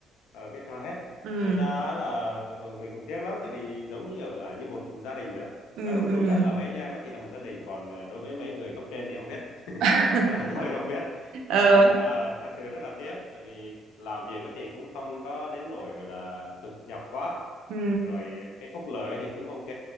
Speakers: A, on the left; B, on the right.
A: ờ, biết theo hết
B: ừ
A: thành ra là ừ, mình cũng tiếc lắm tại vì giống như kiểu là như một gia đình vậy đó
B: ừ
A: nó đúng
B: ừ
A: đúng thật là mấy anh em ấy thì là một gia đình còn ờ, đối với mấy người cấp trên thì không biết <laughs>
B: <laughs>
A: Ờ, tôi không biết
B: Ờ,
A: Ờ, nhưng mà thật sự rất là tiếc tại vì làm việc á thì cũng không có đến nỗi gọi là cực nhọc quá
B: ừ
A: rồi cái phúc lợi thì cũng ok